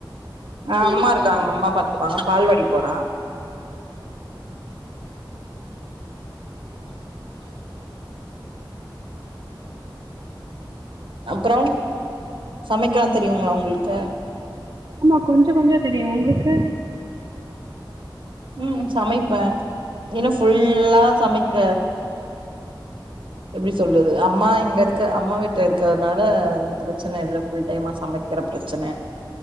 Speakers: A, on the right; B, on the right.
A: ஆ அம்மா இருக்காங்க அம்மா பாத்துப்பாங்க பால்வாடி போறா அப்பறோ சமைக்கலா தெரியுங்களா உங்களுக்கு
B: ஆமா கொஞ்சோ கொஞ்சோ தெரியு உங்களுக்கு
A: ம் சமைப்பே இன்னும் ஃபுல்லா சமைக்க எப்டி சொல்லுது அம்மா இங்கே இருக் அம்மா வீட்ல இருக்கிறதுனால இந்த ப்ரச்சன இல்ல ஃபுல் டைமா சமக்கிற ப்ரச்சென